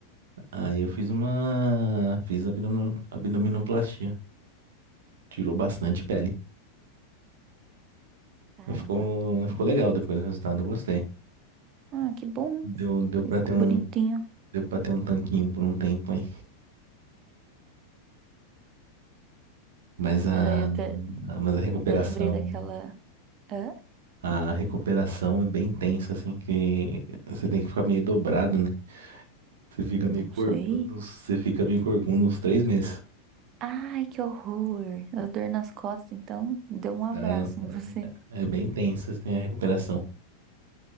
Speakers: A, on the right; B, on the right.
A: Aí eu fiz uma. Fiz abdomino- abdominoplastia. Tirou bastante pele.
B: Caramba.
A: Mas Ficou, mas ficou legal depois do resultado, eu gostei.
B: Ah, que bom.
A: Deu, deu
B: Eu
A: pra
B: fico
A: ter um,
B: bonitinho.
A: deu pra ter um tanquinho por um tempo, hein? Mas a,
B: Daí Eu até,
A: a- mas a recuperação,
B: até lembrei daquela. Hã?
A: a recuperação é bem tensa, assim, que você tem que ficar meio dobrado, né? Você fica
B: Não
A: meio
B: sei.
A: corcunda, você fica meio corcunda uns três meses.
B: Ai, que horror. A dor nas costas, então deu um abraço
A: Nossa,
B: em você.
A: é bem tensa, assim, a recuperação.